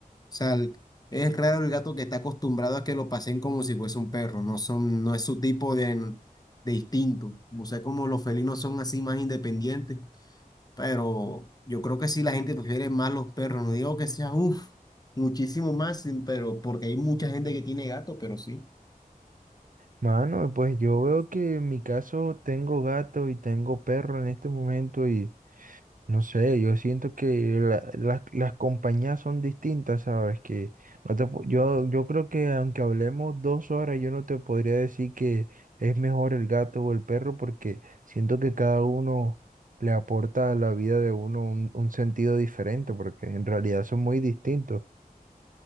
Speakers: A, on the left; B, on the right.
A: sea, el- es raro el gato que está acostumbrado a que lo pasen como si fuese un perro, no son, no es su tipo de, de instinto. O sea, como los felinos son así más independientes, Pero yo creo que sí la gente prefiere más los perros. No digo que sea, uff, muchísimo más, sin- pero porque hay mucha gente que tiene gato, pero sí.
B: Mano, pues yo veo que en mi caso tengo gato y tengo perro en este momento y no sé, yo siento que la- las las compañías son distintas, ¿sabes? Que no te, pu- yo, yo creo que aunque hablemos dos horas, yo no te podría decir que es mejor el gato o el perro porque siento que cada uno le aporta a la vida de uno un, un sentido diferente porque en realidad son muy distintos.